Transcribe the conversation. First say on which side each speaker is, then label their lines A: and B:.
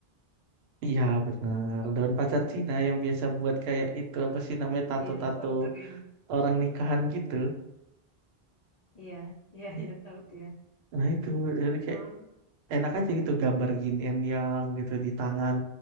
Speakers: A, on the right; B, on the left.
A: Iya benar, daun pacar Cina yang biasa buat kayak itu apa sih namanya tato-tato
B: Iya, untuk ini.
A: orang nikahan gitu.
B: Iya, iya, iya, tahu dia.
A: Nah itu jadi kayak
B: Heeh,
A: enak aja gitu gambar yin and yang gitu di tangan.